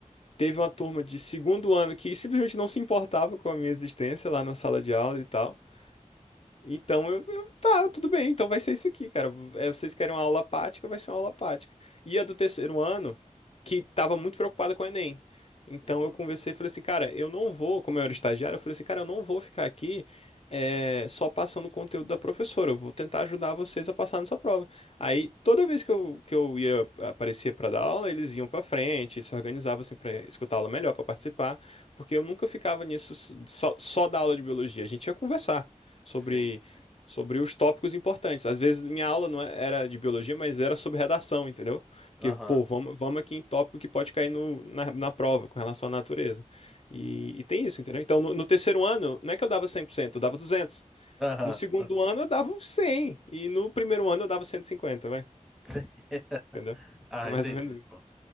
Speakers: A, on the left; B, in the centre.
A: Teve uma turma de segundo ano que simplesmente não se importava com a minha existência lá na sala de aula e tal. Então, eu, eu- tá, tudo bem, então vai ser isso aqui, cara. É, vocês querem uma aula prática, vai ser uma aula prática. E a do terceiro ano, que tava muito preocupada com o Enem. Então
B: Uhum.
A: eu conversei e falei assim, cara, eu não vou, como eu era estagiário, eu falei assim, cara, eu não vou ficar aqui é, só passando o conteúdo da professora, eu vou tentar ajudar vocês a passar nessa prova. Aí, toda vez que eu, que eu ia, aparecia pra dar aula, eles iam pra frente, se organizavam assim pra escutar a aula melhor, pra participar, porque eu nunca ficava nisso só, só da aula de biologia, a gente ia conversar sobre,
B: Sim, sim.
A: sobre os tópicos importantes. Às vezes minha
B: Uhum.
A: aula não é- era de biologia, mas era sobre redação, entendeu? Porque,
B: Aham.
A: pô, vamos, vamos aqui em tópico que pode cair no, na, na prova com relação à natureza. E, e tem isso, entendeu? Então, no, no terceiro ano, não é que eu dava 100%, eu dava duzentos
B: Aham.
A: No segundo
B: aham.
A: ano, eu dava uns 100. E no primeiro ano, eu dava 150 vai.
B: Sim. <laughs>
A: Entendeu?
B: Ah,
A: É mais
B: entendi,
A: ou menos isso.
B: pô.